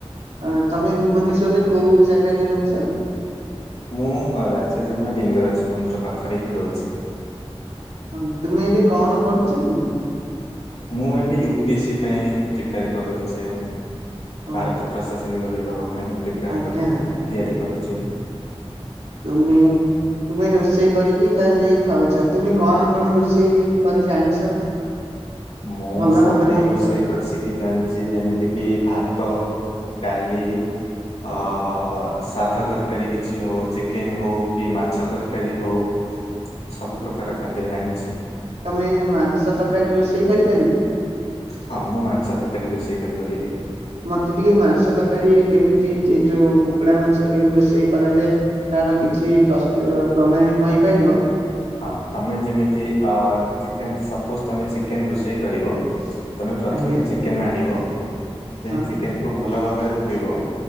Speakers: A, on the right; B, on the left.
A: ଅ ତମେ ଭୁବନେଶ୍ଵରରେ କୋଉ ଜାଗାରେ ରହୁଛ?
B: ମୁଁ ରାଜଧାନୀର ଲିଙ୍ଗରାଜ ମନ୍ଦିର ପାଖରେ ହିଁ ରହୁଛି।
A: ହଁ ତୁମେ ଏବେ କଣ ପଢୁଛ କି?
B: ମୁଁ ଏବେ ୟୁ ପି ଏ ସି ପାଇଁ ପ୍ରିପେୟାର କରୁଛି।
A: ହଉ
B: ଭାରତ ପ୍ରଶାସନିକ ବିଭାଗ ପାଇଁ ପ୍ରିପାର
A: ଆଜ୍ଞା ଆଜ୍ଞା ଆଜ୍ଞା
B: ତିଆରି କରୁଛି।
A: ତୁମେ ତୁମେ ରୋଷେଇ କରିକି ତାହେଲେ ଖାଉଛ ତୁମେ କଣ କଣ ରୋଷେଇ କରି ଜାଣିଛ?
B: ମୁଁ
A: ଭଲ
B: ସବୁ
A: ଭାବରେ
B: ରୋଷେଇ
A: କହି
B: କରି ଶିଖି ଜାଣିଛି ଯେମିତି କିି ଭାତ ଡାଲି ଅ ସାଧା ତରକାରୀ କିଛି ହଉ ଚିକେନ ହଉ କି ମାଛ ତରକାରୀ ହଉ ସବୁ ପ୍ରକାର ଖାଦ୍ୟ ଜାଣେ।
A: ତମେ ମାଂସ ତରକାରୀ ରୋଷେଇ କରି
B: ହଁ ମୁଁ ମାଂସ ତରକାରୀ ରୋଷେଇ କରିପାରିବି।
A: ମତେ ଟିକେ ମାଂସ ତରକାରୀ କେମିତି ଏ ଯୋଉ କୁକୁଡା ମାଂସ କେମିତି ରୋଷେଇ କରାଯାଏ ତାର କିଛି ପ୍ରସ୍ତୁ ପ୍ରଣାଳୀ କହିପାରିବ?
B: ହଁ ତମେ ଯେମିତି ଅ ଚିକେନ୍ ସପୋଜ ତମେ ଚିକେନ ରୋଷେଇ କରିବ। ତମେ ପ୍ରଥମେ
A: ଆଜ୍ଞା
B: ଚିକେନ ଆଣିବ। ଦେନ୍
A: ହଁ
B: ଚିକେନ କୁ ଭଲ ଭାବରେ ଧୋଇବ